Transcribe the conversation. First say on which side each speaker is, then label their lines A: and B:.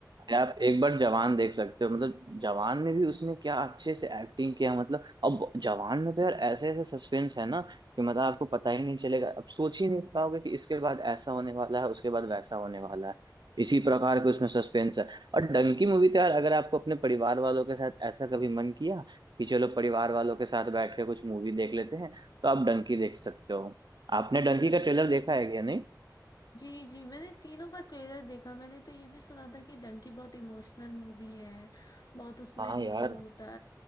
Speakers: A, on the right; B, on the left.
A: आप एक बार जवान देख सकते हो मतलब जवान में भी उसने क्या अच्छे से एक्टिंग किया मतलब अब जवान में तो यार ऐसे ऐसे सस्पेंस है ना कि मतलब आपको पता ही नहीं चलेगा अब सोच ही नहीं पाओगे कि इसके बाद ऐसा होने वाला है उसके बाद वैसा होने वाला है इसी प्रकार के उसमें सस्पेंस है और डंकी मूवी तो यार अगर आपको अपने परिवार वालों के साथ ऐसा कभी मन किया कि चलो परिवार वालों के साथ बैठ के कुछ मूवी देख लेते हैं तो आप डंकी देख सकते हो आपने डंकी का ट्रेलर देखा है क्या नहीं
B: जी जी मैंने तीनों का ट्रेलर देखा मैंने तो ये भी सुना था कि डंकी बहुत इमोशनल मूवी है बहुत उसमें
A: हाँ
B: वो
A: यार
B: होता